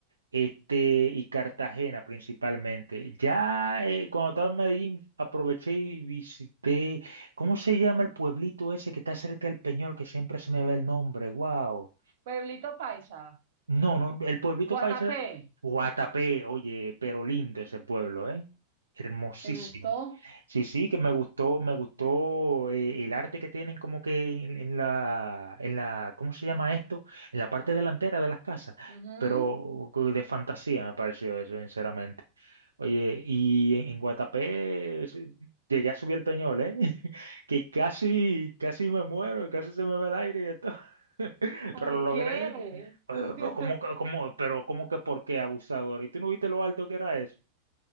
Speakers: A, on the right; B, on the right.
A: este, y Cartagena principalmente. Ya eh, cuando estaba en Medellín aproveché y visité, ¿cómo se llama el pueblito ese que está cerca del Peñol, que siempre se me ve el nombre? ¡Wow!
B: Pueblito Paisa,
A: No, no, el pueblito
B: Guatapé.
A: paisa, Guatapé, oye, pero lindo ese pueblo, ¿eh? Hermosísimo.
B: ¿Te gustó?
A: Sí, sí, que me gustó, me gustó eh, el arte que tienen como que en, en la, en la, ¿cómo se llama esto? En la parte delantera de las casas,
B: Ujú.
A: pero de fantasía me pareció eso, sinceramente. Oye, y en, en Guatapé sí, llegué a subir el Peñol, ¿eh? <laughs> Que casi, casi me muero, casi se me va el aire y de todo. <laughs>
B: ¿Por
A: Pero lo logré,
B: qué?
A: eh,
B: <laughs>
A: pero ¿Cómo, que- cómo, pero cómo que por qué abusador? ¿Y tú no viste lo alto que era eso?